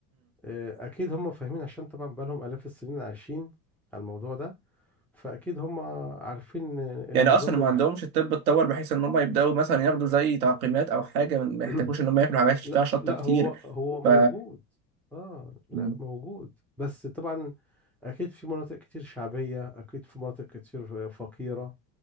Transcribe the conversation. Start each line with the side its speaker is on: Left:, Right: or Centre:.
Centre: آه، اكيد هم فاهمين عشان طبعا بقالهم الاف السنين عايشين على الموضوع ده فاكيد هم عارفين النظام
Right: يعني اصلا ما
Centre: الع...
Right: عندهمش الطب اتطور بحيث ان هم يبداوا مثلا ياخدوا زي تعقيمات او حاجه ما يحتاجوش
Centre: <clears throat>
Right: ان هم ياكلوا حاجات فيها
Centre: لا
Right: شطه
Centre: لا
Right: كتير
Centre: هو هو موجود
Right: ف
Centre: اه لا
Right: م-
Centre: موجود بس طبعا أكيد في مناطق كتير شعبية أكيد في مناطق كتير فقيرة